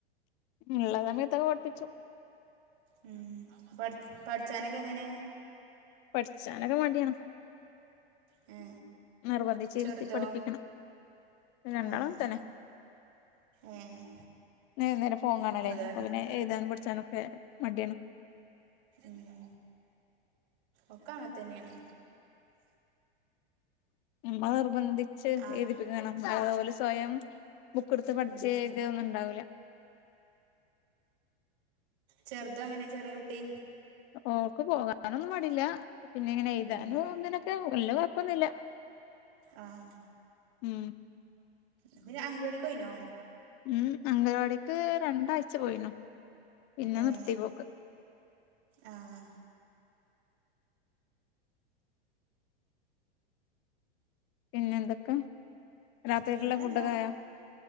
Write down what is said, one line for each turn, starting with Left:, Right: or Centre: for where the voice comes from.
Left: ഇള്ള സമയത്തൊക്കെ പഠപ്പിച്ചു
Right: ഉം പട് പഠിച്ചാനൊക്കെങ്ങനെ
Left: പട്ച്ചാനൊക്കെ മടിയാണ്
Right: ഏ
Left: നിർബന്ധിച്ചിരുത്തി
Right: ചെറുതോ
Left: പഠിപ്പിക്കണം രണ്ടാളും
Right: ആഹ്
Left: അങ്ങൻതന്നെ
Right: ഏഹ്
Left: ഏ നേരം ഫോകാണല്ലേ
Right: ഉം അതാണ്
Left: അപ്പൊ പിന്നെ എയ്താനും പഠിച്ചാനൊക്കെ മടിയാണ്
Right: മ് ഒക്കങ്ങൻതന്നെണ്
Left: മ്മ നിർബന്ധിച്ച്
Right: ആഹ്
Left: എഴു എഴുതിപ്പിക്കണം ഓല് സ്വയം ബുക്ക്ട്ത്ത് പഠിച്ചെ
Right: ഉം
Left: എയ്തേ ഒന്നും ണ്ടാ
Right: ചെർത് അങ്ങനെ ചെറേകുട്ടി
Left: ഓക്ക് പോവാനൊന്നും മടില്ല പിന്നെ ഇങ്ങനെ എഴുതാനു
Right: ഉം
Left: തിനൊക്കെ വല്ല്യ കൊഴപ്പൊന്നില്ല
Right: ആഹ്
Left: മ്ഹ്
Right: ഇവര് അഗടികൊയിനോ
Left: മ് അംഗലവാടിക്ക് രണ്ടാഴ്ച പോയിനു പിന്നെ
Right: ഏഹ്
Left: നിർത്തി പോക്ക്.
Right: ആഹ്
Left: പിന്നെ എന്തൊക്കെ രാത്രിക്കുള്ള
Right: പിന്നെന്ത
Left: ഫുഡൊക്കെ ആയോ